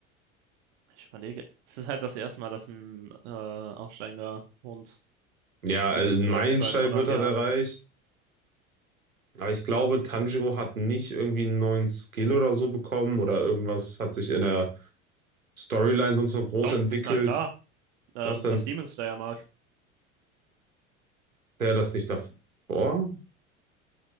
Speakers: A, on the right (about 55°); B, on the right (about 80°).
A: ich überlege. Es ist halt das erste Mal, dass ein äh, aufsteigender Hund
B: Ja,
A: besiegt
B: ein
A: wird
B: Meilenstein
A: seit 100
B: wird halt
A: Jahren.
B: erreicht. Aber ich glaube, Tanjiro hat nicht irgendwie einen neuen Skill oder so bekommen oder irgendwas hat sich in der Storyline sonst so groß
A: Doch,
B: entwickelt.
A: na klar. Ähm,
B: Was denn?
A: das Demon Slayer mag.
B: Wäre das nicht davor?